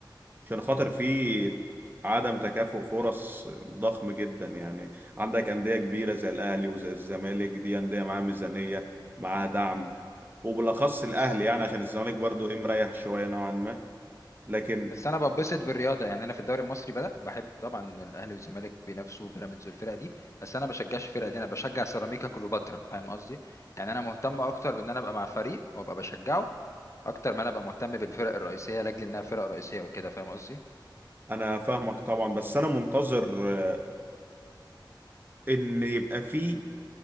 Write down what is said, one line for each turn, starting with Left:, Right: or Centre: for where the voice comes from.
Right: عشان خاطر
Left: مم.
Right: في عدم تكافؤ فرص ضخم جدا يعني عندك أندية كبيرة زي الأهلي وزي الزمالك دي أندية معاها ميزانية معاها دعم وبالأخص الأهلي
Left: بس
Right: يعني عشان الزمالك برضو إيه مريح شوية نوعا ما لكن
Left: بس انا ببسط بالرياضه يعني انا في الدوري المصري بدا بحب طبعا الاهلي والزمالك بينافسوا بيراميدز والفرق دي بس انا بشجعش الفرق دي انا بشجع سيراميكا كليوباترا فاهم قصدي يعني انا مهتم اكتر بان انا ابقى مع فريق وابقى بشجعه اكتر ما انا ابقى مهتم بالفرق الرئيسيه لاجل انها فرق رئيسيه وكده فاهم قصدي
Right: أنا فاهمك طبعا بس أنا منتظر آه، إن يبقى في